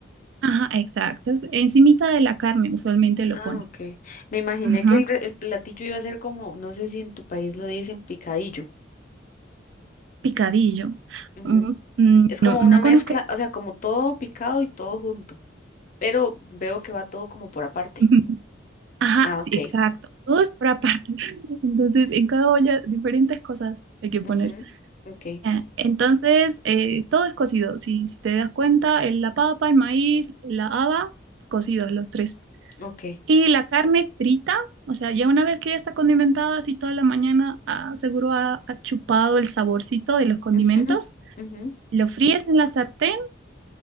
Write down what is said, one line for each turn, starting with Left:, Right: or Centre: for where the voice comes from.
Right: Ajá, exacto. Es encimita de la carne usualmente lo
Left: Ah,
Right: ponen.
Left: ok. Me imaginé
Right: Ajá,
Left: que el, re- el platillo iba a ser como, no sé si en tu país lo dicen picadillo.
Right: Picadillo.
Left: Ujú.
Right: Mm, mm,
Left: Es como
Right: no, no
Left: una mezcla,
Right: conozco.
Left: o sea, como todo picado y todo junto, pero veo que va todo como por aparte.
Right: <laughs> Ajá,
Left: Ah,
Right: sí,
Left: ok.
Right: exacto. Todo es por aparte. <laughs> Entonces, en cada olla diferentes cosas hay que poner.
Left: Ujú, Ok,
Right: Ya, Entonces, eh, todo es cocido. Si, si te das cuenta, el- la papa, el maíz, la haba, cocidos los tres.
Left: ok.
Right: Y la carne frita, o sea, ya una vez que ya está condimentada, así toda la mañana, ah, seguro ha, ha chupado el saborcito de los condimentos.
Left: ujú, ujú,
Right: Lo fríes en la sartén,